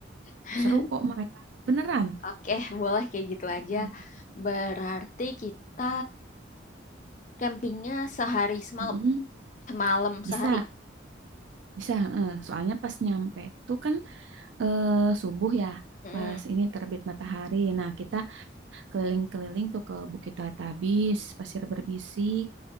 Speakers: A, on the left; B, on the right.
A: <laughs>
B: Seru kok mereka. Beneran.
A: Oke, boleh kayak gitu aja.
B: Hmm.
A: Berarti kita campingnya sehari semalam.
B: Mm-mm.
A: Semalam
B: Bisa,
A: sehari.
B: bisa. eh. Soalnya pas nyampe tuh kan eh subuh ya,
A: Mm.
B: pas ini terbit matahari. Nah, kita keliling-keliling tuh ke Bukit Teletubbies, Pasir Berbisik,